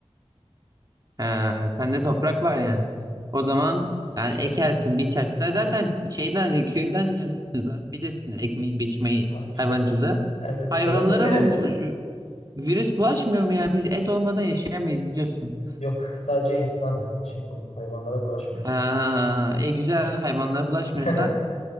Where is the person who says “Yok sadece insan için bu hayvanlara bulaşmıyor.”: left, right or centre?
Left